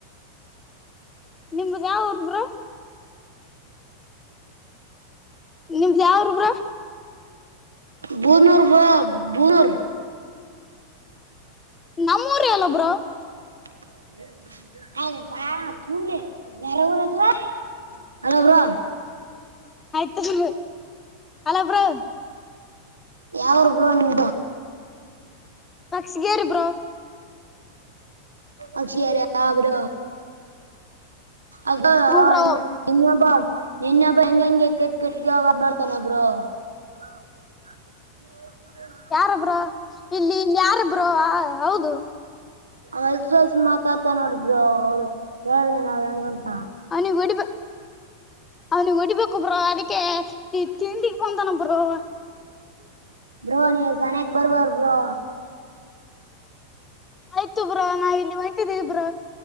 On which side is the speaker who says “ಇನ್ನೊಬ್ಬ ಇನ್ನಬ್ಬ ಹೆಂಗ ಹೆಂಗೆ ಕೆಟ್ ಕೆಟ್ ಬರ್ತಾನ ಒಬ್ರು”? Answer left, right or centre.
Right